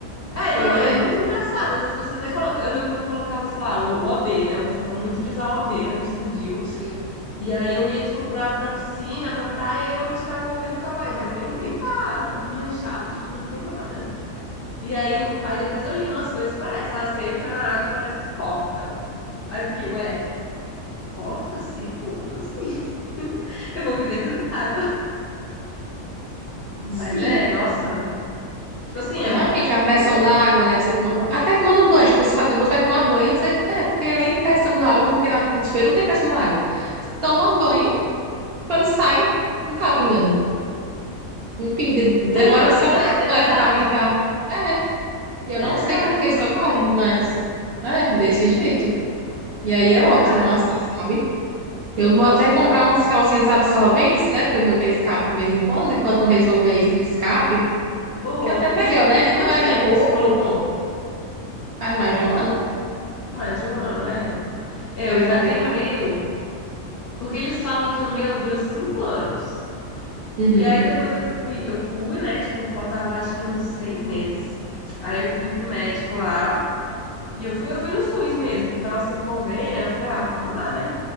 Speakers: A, on the left; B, on the right.
A: É,
B: pois
A: não, é
B: é.
A: muito engraçado. Às vezes você até coloca. Eu lembro que eu colocava, sei lá, o o OB, né? Eu gostava muito de usar o OB antes do DIU.
B: Sim.
A: E aí eu ia, tipo, pra, pra piscina, pra praia, e eu tirava o OB e ficava, ai, mas nem, nem tá manchado, tipo, não tem nada. E aí, eu- aí depois eu li umas coisas que parece, ah, você entra na água, parece que corta. Aí eu fiquei, ué. Corta o ciclo? Como assim? <laughs> Eu vou viver dentro da água. Mas
B: Sim.
A: é, nossa, tipo assim,
B: É,
A: é
B: Realmente, a
A: muito
B: pressão
A: bom.
B: da água, né? Você toma... Até tomando banho, tipo, você você vai tomar banho, você é, porque nem pressão da água, porque na- no chuveiro não tem pressão da água. Você toma banho, quando sai, não tá pingando. Não pinga. Demora
A: É, não, é
B: que
A: verdade,
B: sua mãe
A: é verdade.
B: mexe pra pintar. É, eu
A: É
B: não
A: verdade,
B: sei por que isso
A: não
B: ocorre,
A: sai.
B: mas é desse jeito. E aí
A: É
B: é
A: verdade.
B: ótimo, assim, sabe? Eu vou
A: Nossa,
B: até comprar
A: não.
B: umas calcinhas absorventes, né? Porque o meu tem escape de vez em quando, enquanto não resolver isso de escape,
A: Boa.
B: que é até
A: Porque
B: melhor,
A: você
B: né?
A: tem quanto
B: como é
A: tempo
B: um pouco,
A: que você colocou?
B: faz mais de um ano.
A: Mais de um ano, é. É,
B: Era
A: eu já
B: para ter
A: tenho o meu, porque eles falam que o meu dura cinco anos.
B: Uhum.
A: E aí depois eu fui, eu fui, né? Tipo, faltava acho que uns seis meses. Aí eu fui pro médico lá. E eu fui, eu fui no SUS mesmo, porque eu tava sem convênio. aí Eu falei, ah, vamos lá, né?